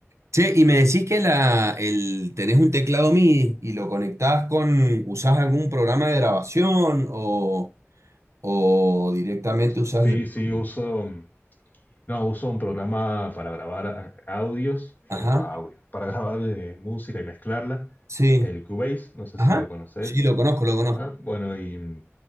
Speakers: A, on the right; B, on the left.
A: Che, y me decís que la, el, tenés un teclado MIDI y lo conectás con, ¿usás algún programa de grabación o, o directamente usás
B: Sí,
A: el-
B: sí, uso. mm, No, uso un programa para grabar a- audios,
A: Ajá,
B: eh, va, audio, para grabar eh, música y mezclarla,
A: sí,
B: el Cubase, no sé
A: ajá.
B: si lo conoces.
A: Sí, lo conozco, lo conozco.
B: Ajá, bueno, y,